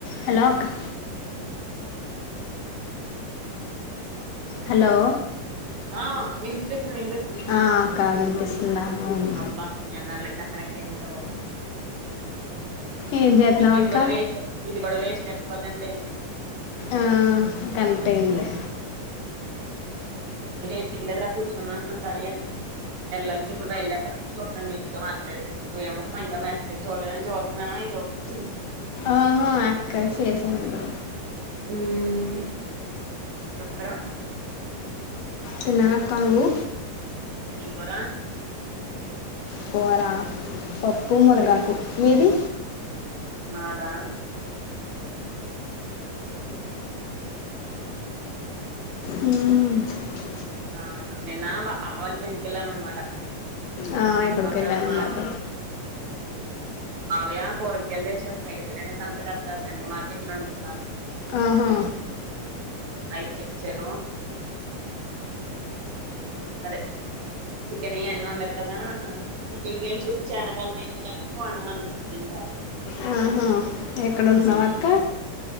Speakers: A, on the left; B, on the right.
A: <inaudible> హలాక్ <inaudible> hello
B: ఆ వినిపిస్తుంది వినిపిస్తుంది
A: ఆ, అక్క వినిపిస్తుందా అవును.
B: వ అబ్బా ఎన్నాళ్ళకు కనెక్ట్ అయిందొ
A: ఏం చేస్తున్నావు
B: ఇ
A: అక్క
B: కూడా వేస్ట్ ఇది కూడా వేస్ట్ అయి పన్నండే
A: ఆ కనక్ట్ అయిందిలే
B: ఎట్ల కూర్చున్నా <unintelligible> ఇప్పుడు బయలుదే చతో మాట్లాడే నువ్వేమో ఇం మసజ్ <unintelligible> <unintelligible> చలేద జవాబ్ అ <unintelligible>
A: ఆహా అక్క చేసడు
B: ఉమ్, కూర?
A: తిన్నాను అక్కా నువ్వు
B: ఏమ్ కూర
A: కోరా పప్పు మొలగాకు
B: ఉమ్,
A: మీది
B: మాదా
A: ఉ
B: ఆ నిన్న బాప వాళ్ళ వెంటికెళ్ళను అనమాట
A: ఆ, ఎక్కడికి
B: అక్క
A: వెళ్ళాను
B: మావ
A: ఇందాక
B: మావయా కూరగాయలు తెచ్చాడు సంత క స అడి మార్కెట్ ఉడు <unintelligible>
A: ఆహా
B: కేచ్చర అదే చికెన్ ఇ అన్నీ ఉండరు కదా చికెన్ గయలు చూసి చాలకలం అయిందని వండమన్నరు నేను బా
A: ఆ, ఆహా ఎక్కడ ఉంటున్నావు
B: ఉ
A: అక్క